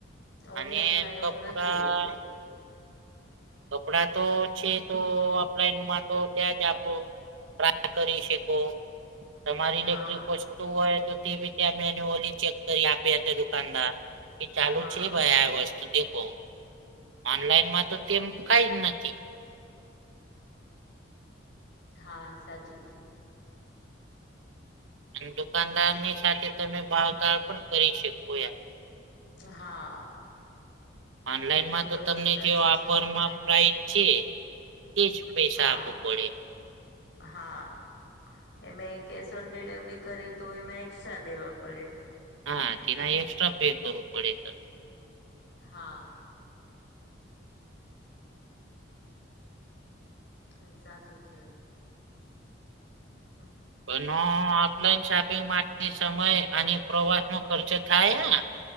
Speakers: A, on the left; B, on the right.
A: ઓનલાઈનમાં
B: અને કપડા
A: એવું નથી હોતું.
B: કપડા તો છે તો ઓફલાઈનમાં તો ત્યાં જ આપો રા કરી શકો તમારી
A: હા
B: ઇલેક્ટ્રિક વસ હોય તો તે બી ત્યાં મેન્યુઅલી ચેક કરી આપી હતા દુકાનદાર. કે ચાલુ
A: હા
B: છે ભાઈ આ વસ્તુ દેખો. ઓનલાઈનમાં તો તેમ કાઈ જ નથી.
A: હા સાચું છે.
B: અને દુકાનદારની સાથે તમે ભાવતાળ પણ કરી શકો એમ.
A: હા
B: ઓનલાઈનમાં
A: એ
B: તો
A: વસ્તુ
B: તમને
A: સાચી
B: જે ઓફરમાં
A: છે ઓનલાઈન
B: પ્રાઇસ છે એ જ પૈસા
A: હા
B: આપું પડે.
A: હા એમે કેશ ઓન ડિલેવરી કરી તો એમાં એક્સ્ટ્રા દેવા પડે.
B: હા તેના એક્સ્ટ્રા પે કરવું પડે તમ
A: હા હહ સાચું છે. હહ
B: પનો ઓફલાઈન શોપિંગ માટે સમય અને પ્રવાસનો ખર્ચો થાય હહ.